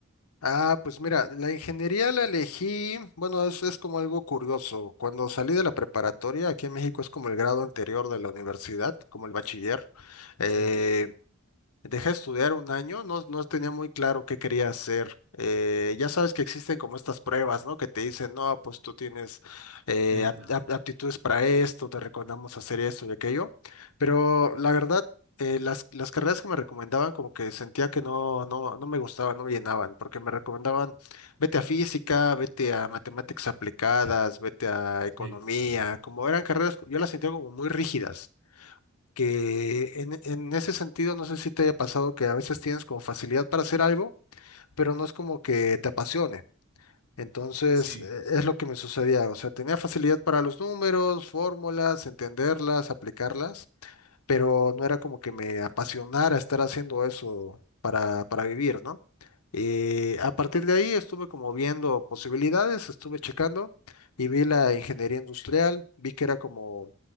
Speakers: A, on the left; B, on the right.
A: Ah, pues mira, la ingeniería la elegí, bueno, es, es como algo curioso. Cuando salí de la preparatoria, aquí en México es como el grado anterior de la universidad, como el bachiller. eh,
B: Sí,
A: Dejé de estudiar un año, no, no tenía muy claro qué quería hacer. Eh, ya sabes que existen como estas pruebas, ¿no? Que te dicen, no, pues tú tienes eh,
B: sí,
A: ap-
B: claro.
A: ap- aptitudes para esto, te recomendamos hacer esto y aquello. Pero la verdad, eh, las, las carreras que me recomendaban como que sentía que no, no, no me gustaban, no me llenaban, porque me recomendaban, vete a física, vete a matemáticas aplicadas, vete a economía,
B: Sí,
A: como eran carreras, yo las sentía como muy rígidas que en, en ese sentido no sé si te haya pasado que a veces tienes como facilidad para hacer algo, pero no es como que te apasione. Entonces,
B: sí,
A: eh, es lo que me sucedía. O sea, tenía facilidad para los números, fórmulas, entenderlas, aplicarlas pero no era como que me apasionara estar haciendo eso para, para vivir, ¿no? Y a partir de ahí estuve como viendo posibilidades, estuve checando y vi la ingeniería industrial, vi que era como